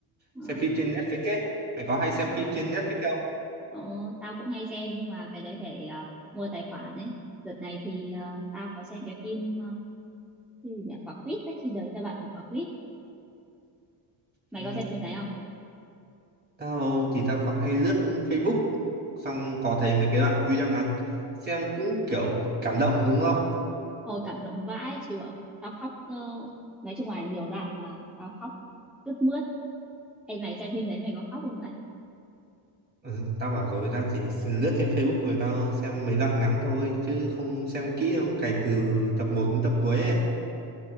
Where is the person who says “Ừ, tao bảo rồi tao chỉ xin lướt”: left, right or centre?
Right